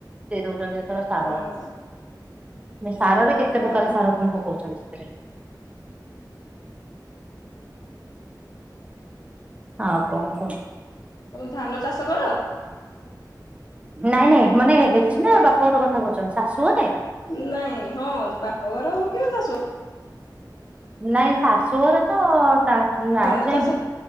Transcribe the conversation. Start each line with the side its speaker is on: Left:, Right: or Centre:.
Right: ସେ ଦଉଛନ୍ତି ଏଥର ସାର।
Left: ହଁ
Right: ସାରରେ କେତେ
Left: ହଁ
Right: ପ୍ରକାର ପକଉଛନ୍ତି ସେଥିରେ ଆଉ କଣ କୁହନ୍ତୁ
Left: ହଉ ତମେ ଧାନ ଚାଷ କର।
Right: ନାଇଁ ନାଇଁ ମାନେ ଏଠି ନା ବାପା ଘର କଥା କହୁଛ। ଶାଶୁ ଘରେ
Left: ନାଇଁ ହଁ ବାପଘର ଆଉ କିିବସସୁ
Right: ନାଇଁ ଶାଶୁ ଘରେ ତ ନ
Left: ଧାନ
Right: ଆଜିଯାଏ
Left: ଚାଷ